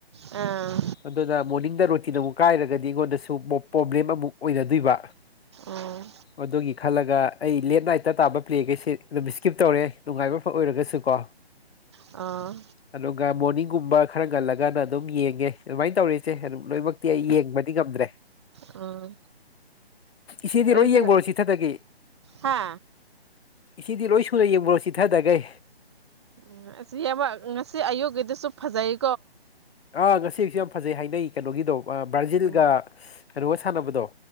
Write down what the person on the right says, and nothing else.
ꯑꯥ
ꯎꯝ
ꯑꯥ
ꯑꯥ
ꯑꯩꯁꯨ
ꯍꯥ
ꯎꯝ ꯑꯁꯤꯕ ꯉꯁꯤ ꯑꯌꯨꯛꯀꯤꯗꯁꯨ ꯐꯖꯩ
ꯎꯝ